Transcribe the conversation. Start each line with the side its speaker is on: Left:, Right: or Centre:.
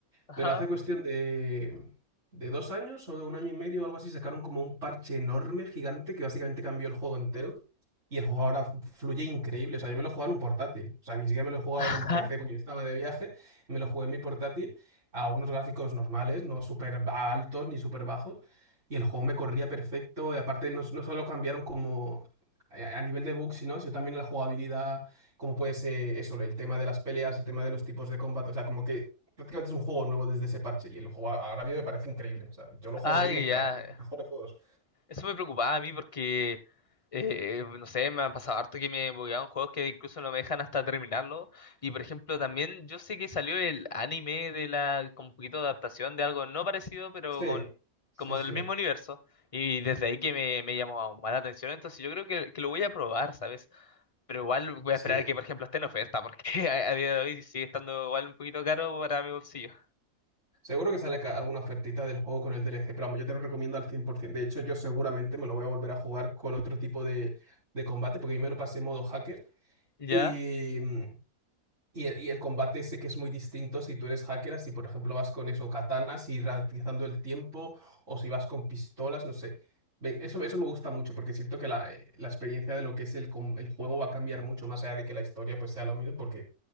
Left: Ajá.
Right: Pero hace cuestión de, de dos años o de un año y medio o algo así, sacaron como un parche enorme, gigante, que básicamente cambió el juego entero. Y el juego ahora fluye increíble. O sea, yo me lo jugaba en un portátil. O sea, ni siquiera me lo he jugado
Left: <laughs>
Right: en un PC porque yo estaba de viaje. Y me lo jugué en mi portátil a unos gráficos normales, no súper ba- altos ni súper bajos. Y el juego me corría perfecto. Y aparte, no, no solo cambiaron como a a nivel de bugs, sino sino también la jugabilidad, como puede ser eso, el tema de las peleas, el tema de los tipos de combate. O sea, como que prácticamente es un juego nuevo desde ese parche. Y el juego a- ahora mismo me parece increíble. O sea, yo lo jugué
Left: Ay,
Right: y me encanta.
Left: ya.
Right: de los Mejores juegos.
Left: Eso me preocupaba a mí porque, eh, no sé, me han pasado harto que me bugueaban juegos que incluso no me dejan hasta terminarlo. Y por ejemplo, también yo sé que salió el anime de la, con un poquito de adaptación de algo no parecido, pero
Right: Sí,
Left: con,
Right: sí,
Left: como
Right: sí.
Left: del mismo universo. Y desde ahí que me, me llamó aún más la atención, entonces yo creo que, que lo voy a probar, ¿sabes? Pero igual voy
Right: Sí,
Left: a esperar a que, por ejemplo, esté en oferta, porque <laughs> a, a día de hoy sigue estando igual un poquito caro para mi bolsillo.
Right: Seguro que sale ca- alguna ofertita del juego con el DLC, pero vamos, yo te lo recomiendo al 100%. De hecho, yo seguramente me lo voy a volver a jugar con otro tipo de, de combate, porque yo me lo pasé en modo hacker.
Left: ¿Ya?
Right: Y, mm, y, el y el combate sé que es muy distinto si tú eres hacker, si por ejemplo vas con eso, katanas y ralentizando el tiempo, o si vas con pistolas, no sé. Ve- Eso, eso me gusta mucho, porque siento que la, eh, la experiencia de lo que es el, com- el juego va a cambiar mucho, más allá de que la historia pues sea lo mismo, porque